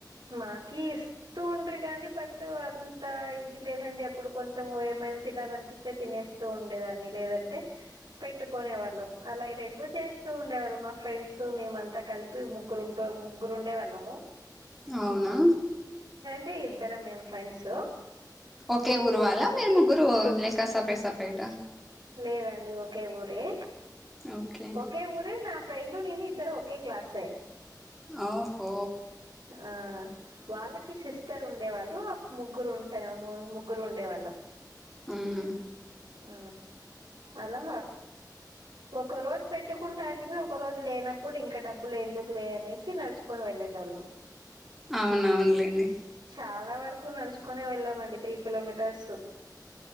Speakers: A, on the right (about 90°); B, in the centre.
A: మాకి ఇస్తూ ఉండ్రి గానీ బట్ అంత ఇది లేదండి అప్పుడు కొంచెము ఏ మేం తినాలనిపిస్తే తినేస్తూ ఉండేదాన్ని లేదంటే పెట్టుకొనేవాళ్ళం అలా ఈ రెండు చేస్తూ ఉండేవాళ్ళం మా ఫ్రెండ్స్ మేము అంతా కలిపి ముగ్గురు ఉంటే ముగ్గురు ఉండేవాళ్ళం
B: అవునా
A: టే ఇద్దరం మేం ఫ్రెండ్సు
B: ఓకే ఊరు వాళ్ళా మీరు ముగ్గురూ లేక సపరేట్ సపరేటా
A: లేదండి ఒకే ఊరే
B: ఓకే
A: ఒకే ఊరే నా ఫ్రెండూ నేను ఇద్దరూ ఓకే క్లాసే
B: ఔ హో
A: ఆ వాళ్ళకీ సిస్టర్ ఉండే వాళ్ళు ముగ్గురు ఉంటే ముగ్గురు ఉండేవా <inaudible>
B: ఉమ్
A: ఊ అలా ఒక రోజు పెట్టుకుంటాంటిమి ఒక రోజు లేనప్పుడు ఇంకా డబ్బులు ఎందుకు లే అనేసి నడుచుకొని వే ఎల్లేటోళ్ళు
B: అవునవును లేండి
A: చాలా వరకు నడుచుకొనే వెళ్ళామండి త్రీ కిలోమీటర్స్